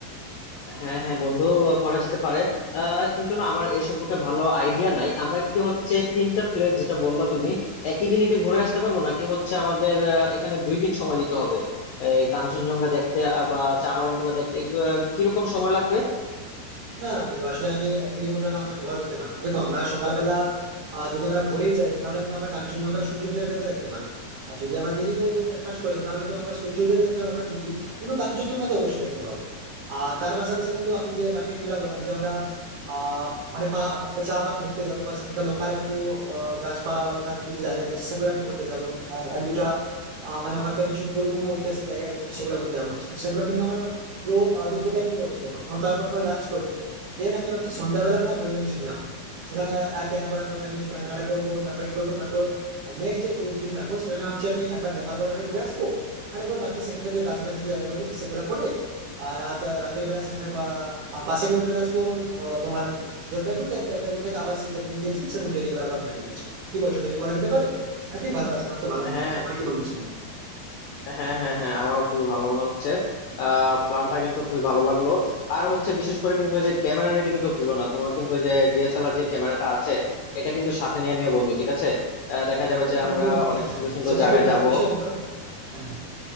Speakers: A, on the left; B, on the right.
A: হ্যাঁ হ্যাঁ বন্ধু করা যেতে পারে আহ কিন্তু না আমার এ সম্পর্কে ভালো আইডিয়া নাই আমরা কি হচ্ছে তিনটা প্লেস যেটা বললা তুমি একই দিনে কি ঘুরে আসতে পারবো নাকি হচ্ছে আমাদের আহ, এখানে দুই দিন সময় দিতে হবে এই কাঞ্চনজঙ্ঘা দেখতে আহ, বা চা বাগানগুলো দেখতে এগুলো কিরকম সময় লাগবে
B: না না বন্ধু আসলে আমি একদিনের মধ্যে ওটা আমরা কভার করতে পারবো দেখো আমরা সকালবেলা আহ, যদি আমরা ভোরেই যাই তাহলে কিন্তু আমরা কাঞ্চনজঙ্ঘা সূর্য উদয়টা দেখতে পারবো আর যদি আমরা দেরি করে যাই ব্রেকফাস্ট করে যাই, তাহলে তো আমরা সূর্য উদয়টা দেখতে পাবো না ঠিকই কিন্তু কাঞ্চনজঙ্ঘা তো অবশ্যই দেখতে পাবো আর তার পাশাপাশি বন্ধু আমি যে বাকিটা যেটা বললাম যে আমরা আহ মানে পা- চা বাগান ঘুরতে যাবো বা সেখানকার লোকাল একটু আহ, গাছপালা বা লোকাল একটু যে জায়গা রয়েছে সেগুলো একটু ঘুরতে যাবো আর এক দুটা আহ, মানে ওখানকার কিছু পুরনো ঐতিহাসিক জায়গা রয়েছে তো সেগুলো ঘুরতে যাবো ভাবছি। তো সেগুলো কিন্তু আমরা পুরো আহ, দুপুরটা কিন্তু করে নিতে পারবো এবং তারপর আমরা লাঞ্চ করবো দেন আমি হচ্ছে সন্ধ্যাবেলা আমরা মহেন্দ্র কিছু দিলাম সেখানে আহ, কেনাকাটা করা থাকে কিছু কেনাকাটা করবো তারপরে ই করবো তারপর নেক্সট ডে যে দুদিন থাকবো সেখানে ভাবছি আমি একবার নেপাল বর্ডার ঘুরে আসবো আর একবার বাকি সেখানকার যে কাছাকাছি যে জায়গাগুলো রয়েছে সেগুলো করে আর রাত রাতের বেলা সেখানে বা- বাসে করে চলে আসবো আহ, তোমার জলপাইগুড়ি থেকে জলপাইগুড়ি থেকে আবার সেই যেরকম গিয়েছি সেরকম ট্রেনে করে আবার ঘুরে ফিরে আসবো কি বলছো এটা কি করা যেতে পারে আই থিঙ্ক ভালো আছে আমার তো ভালো মনে
A: হ্যাঁ
B: হচ্ছে তোমার কি মনে হচ্ছে
A: হ্যাঁ হ্যাঁ হ্যাঁ আমারও খুবই ভালো মনে হচ্ছে আহ প্ল্যানটা কিন্তু খুবই ভালো লাগলো আর হচ্ছে বিশেষ করে কিন্তু যে ক্যামেরা নিতে কিন্তু ভুলো না তোমার কিন্তু যে ডিএসএলআর যে ক্যামেরাটা আছে এটা কিন্তু সাথে নিয়ে নিও বন্ধু ঠিক আছে আহ, দেখা যাবে
B: আরে
A: যে
B: বন্ধু
A: আমরা
B: হ্যাঁ
A: অনেক সুন্দর সুন্দর
B: সেটা
A: জায়গায়
B: কি বলার
A: যাব
B: বিষয় হলো হ্যাঁ